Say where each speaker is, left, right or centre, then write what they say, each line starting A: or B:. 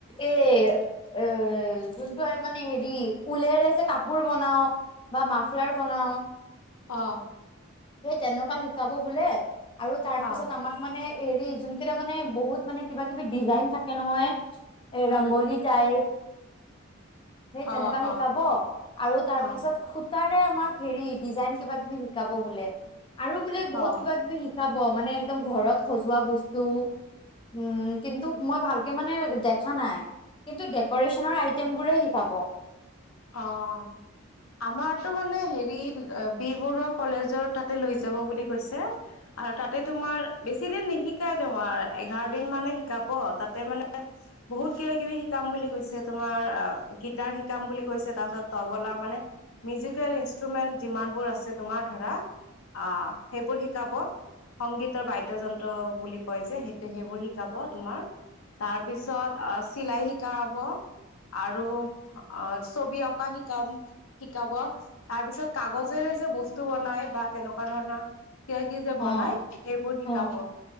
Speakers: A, on the left; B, on the left.
A: এ-এ যোনটো আমি মানে হেৰি উলেৰে যে কাপোৰ বনাওঁ বা মাফলাৰ বনাওঁ
B: অ'।
A: সেই তেনেকুৱা শিকাব বোলে, আৰু তাৰ
B: অ
A: পিছত আমাক মানে হৰি যোনকেইটা মানে বহুত মানে কিবা কিবি ডিজাইন থাকে নহয় এ
B: উম
A: ৰংগোলী টাইপ সেই তেনেকা
B: অ
A: শিকাব,
B: অ
A: আৰু তাৰ
B: অ
A: পিছত খু তাৰে আমাক হেৰি ডিজাইন কিবা কিবি শিকাব বোলে। আৰু বোলে বহুত
B: অ
A: কিবা কিবি শিকাব মানে একদম ঘৰত সজোৱা বস্তু উম, কিন্তু মই ভালকে মানে দেখা নাই। কিন্তু ডেক'ৰেশ্যনৰ আইটেম বোৰে শিকাব।
B: অ'। আমাৰতো মানে হেৰি বি বৰুৱা কলেজৰ তাতে লৈ যাব বুলি কৈছে। আৰু তাতে তোমাৰ বেছ ছিদিন নিশিকাই তোমাৰ, এঘাৰ দিন মানে শিকাব, তাতে মানে বহুত কিবা-কিবি শিকাম বুলি। কৈছে তোমাৰ, অ গীটাৰ শিকাম বুলি কৈছ তাৰপিছত তবলা মানে মিউজিকেল ইনষ্ট্ৰুমেন্ট যিমানবোৰ আছে তোমাৰ ধৰা অ, সেইবোৰ শিক শিকাব, সংগীতৰ বাদ্যযন্ত্ৰ বুলি কয় যে সেইটো, সেইবোৰ শিকাব তোমাৰ। তাৰ পিছত আহ চিলাই শিকাব আৰু অ ছবি অঁকা শিকাম, শিকাব, তাৰপিছত কাগজেৰে যে বস্তু বনাই বা তেনেকুৱা ধৰণ ৰনৰ য়া কি যে
A: অ
B: বনাই সেইবোৰ শিকাব,
A: অ